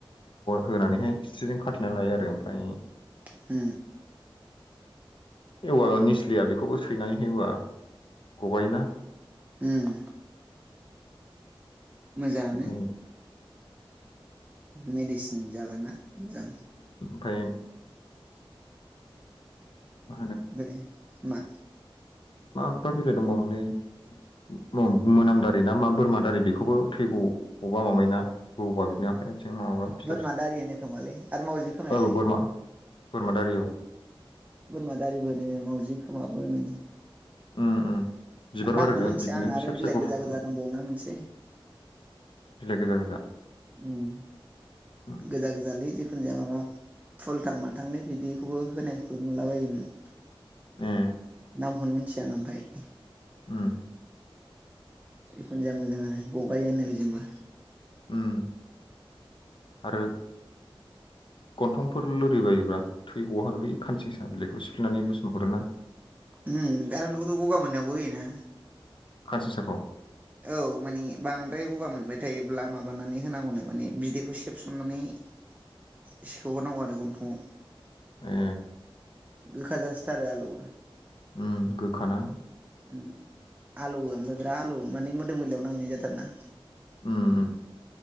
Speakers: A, on the left; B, on the right.
A: होनानैहाय स्रिजों खाथेनानै लायो आरो ओमफ्राय
B: ह
A: एवार निस्लिया बेखौबो सैनानै होबा गगायोना
B: उम मोजाङानो
A: ओमफ्राय
B: मेडिसिन जालाना मोजां
A: फै मा
B: बे मा
A: माफ्रा बिलाइ दंबावमोनलै मोनामदारि ना मा बोरमादारि बेखौबो थैगौ गबा माबायो ना बबा बिनि आखाइ आथिं माबाबा फिसा
B: बोरमा
A: फिसा
B: दारि होनो खोमालै आरो मावजि खोमायालाय
A: औ बोरमा बोरमादारियाव
B: बोरमा दारिबो नोङो मावाउजि खोमाबो होने
A: उम उम बिबार
B: नामखौ
A: बारोनो
B: मोनथिया
A: बिदिनो
B: आं आरो
A: फिसा फिसा
B: बिलाइ
A: गुफुर
B: गोजा
A: गुफुर
B: गोजा दंबावोन मोनसे
A: बिलाइ गोजा गोजा
B: उम
A: उम
B: गोजा गोजालै जिखुनु जाया माबा फुलथां माथांलाय बिदिखौबो होनायखौ नुलाबायायोमोन
A: ए
B: नामखौनो मिथिया आङो ओमफफ्राय
A: उम
B: जिखुनु जाया मोजांङानो गगायो होनो बेजोंबो
A: उम आरो गन्थंफोर लोरिबायोब्ला थै गवा होनो बै खानथिंसा बिलाइखौ सिफ्लेनानै लुसन हरोना
B: उम दा बेखौथ गगा मोननायावबो होयोना
A: खानसिसाखौ
B: औ मानि बांद्राय गगा मोनबाय थायो अब्ला माबानानै होनांगौनो माने बिदैखौ सेबसननानै एसे सौहरनांगौ आरो गन्थंआव
A: ए
B: गोखा जासोथारो आलौवो
A: उम गोखाना
B: उम आलौवो ओमफ्राय बिराद आलौवो माने मोदोम गोरलैयाव नांनाय जाथारोना
A: उम उम